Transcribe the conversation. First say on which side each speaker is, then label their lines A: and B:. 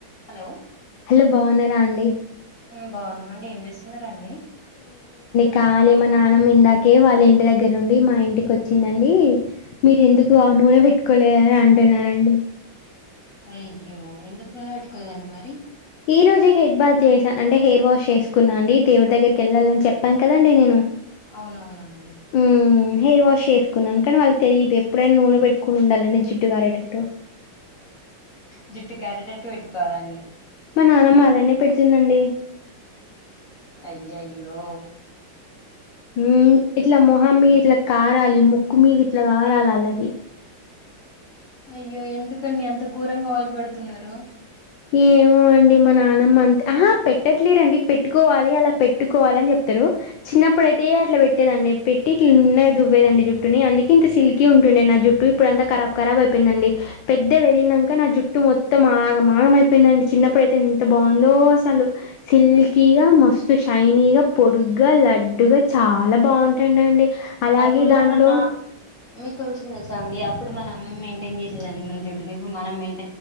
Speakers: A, on the left (about 40°); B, on the left (about 70°).
A: Hello
B: hello బాగున్నారా అండి
A: ఆ బాగున్నామండి ఏం చేస్తున్నారండి
B: కాళీ మా నాన్న ఇందాకే వాళ్ళ ఇంటి దగ్గర నుండి మా ఇంటికి వచ్చిందండి మీరు ఎందుకు నూనె పెట్టుకోలేదని అంటున్నారండి
A: అయ్యో ఎందుకు నూనె పెట్టుకోలేదండి మరీ
B: ఈ రోజే హెడ్ బాత్ చేసా అంటే హెయిర్ వాష్ చేసుకున్నా అండి దేవుడి దగ్గరికి వెళ్ళాలని చెప్పాను కదండి నేను
A: అవునవునండి
B: మ్మ్ హెయిర్ వాష్ చేసుకున్నాను కానీ వాళ్ళు తెలియదు ఎప్పుడైనా నూనె పెట్టుకుని ఉండాలండి జిడ్డు గారేటట్టు
A: జిడ్డు కారేటట్టు పెట్టుకోవాలండి
B: మా నానమ్మ అలానే పెడుతుందండి
A: అయ్యయ్యో
B: హ్మ్ ఇట్లా మొహం మీద ఇట్లా కారాలి ముక్కు మీద ఇట్లా కారాలి ఆళ్లకి
A: అయ్యో ఎందుకండి అంత ఘోరంగా ఆయిలు పెడుతున్నారు
B: ఏమో అండి మా నానమ్మ అంతే ఆహా పెట్టట్లేరండి పెట్టుకోవాలి అలా పెట్టుకోవాలని చెప్తారు చిన్నప్పుడు అయితే అట్లా పెట్టేదండి పెట్టి ఇట్లా నున్నగా దువ్వేదండి జుట్టుని అందుకే ఇంత సిల్కి ఉంటుండే నా జుట్టు జుట్టు ఇప్పుడంతా ఖరాబ్ ఖరాబ్ అయిపోయిందండి పెద్ద పెరిగినంక నా జుట్టు మొత్తం ఆగమాగం ఆగమ్ అయిపోయిందండి చిన్నప్పుడుయితే ఎంత బాగుందో అసలు సిల్కీగా మస్తు షైనీగా పొడుగ్గా లడ్డుగా చాలా బాగుంటాండ అండి అలాగే
A: అప్పుడు
B: దాంట్లో
A: మన మీకు విషయం తెలుస అండి అప్పుడు మన అమ్మ మెయింటైన్ చేసేదండి మన జట్టుని ఇప్పుడు మనం మెయిన్